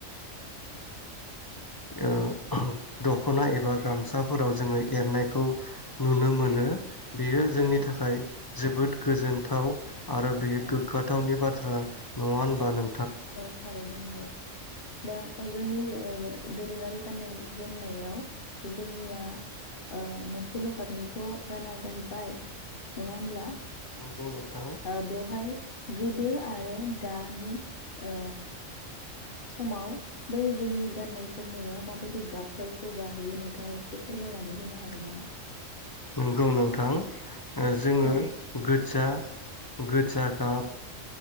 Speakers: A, on the left (about 25°); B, on the left (about 45°).
A: ओ दख'ना एबा गामसाफोराव जोङो एरनायखौ नुनो मोनो। बेयो जोंनि
B: औ
A: थाखाय जोबोद गोजोन्थाव। आरो बेयो
B: औ
A: गोग्गोाथावनि बाथ्रा। नङा होनबा नों
B: औ थारैनो नंगौ। दा जोंनि ओ दोरोङारि गाननाय जोमनायाव जोंनिया ओ मोनसेल' गाबनिथ' गाना जाहैबाय नङा होमब्ला?
A: नंगौ नोंथां
B: ओ बेवहाय गोदो आरो दानि ओ समाव बै जोंनि गाननाय जोमनायाव माबायदि गाबफोरखौ गाहैयो नोंथाङा एसे फोरमायनानै होनो हागोन नामा?
A: नोंगौ नोंथां ओ जोङो
B: औ
A: गो खोथिया गोजा गाब